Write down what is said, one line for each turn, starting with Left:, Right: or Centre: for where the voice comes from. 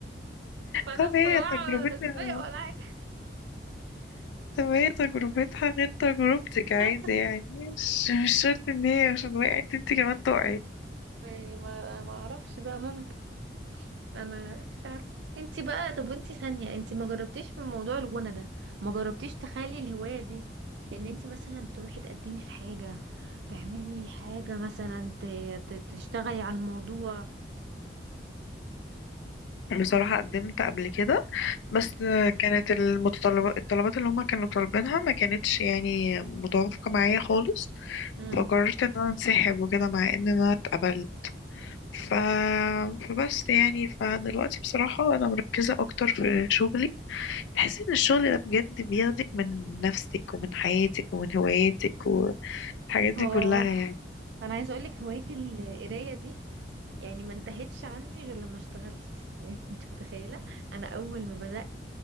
Right: فانا
Left: طب
Right: الصراحه
Left: هي تجربتنا
Right: لا سباق ولا حاجه
Left: طب هي تجربتها غير تجربتك
Right: <laughs>
Left: عادي يعني مش مش شرط ان هي عشان وقعت انت كمان تقعي
Right: يعني ما ما اعرفش بقى ممكن انا مش عارفه انتي بقى طب وانتي ثانيه انتي ما جربتيش من موضوع الغنى ده ما جربتيش تخلي الهوايه دي ان انتي مثلا تروحي تقدمي في حاجه تعملي حاجه مثلا ت- ت- تشتغلي على الموضوع
Left: بصراحة قدمت قبل كده بس آه، كانت المتطلبات الطلبات اللي هما كانوا طالبينها ما كانتش يعني متوافقة معايا خالص
Right: امم
Left: فقررت ان انا انسحب وكده مع ان انا اتقبلت ف... فبس يعني فدلوقتي بصراحة أنا مركزة أكتر في شغلي تحس إن الشغل ده بجد بياخدك من نفسك ومن حياتك ومن هواياتك والحاجات دي
Right: اه
Left: كلها يعني
Right: انا عايزه اقول لك هوايه القرايه دي يعني ما انتهتش عندي غير لما اشتغلت <laughs> يعني انت متخيله انا اول ما بدات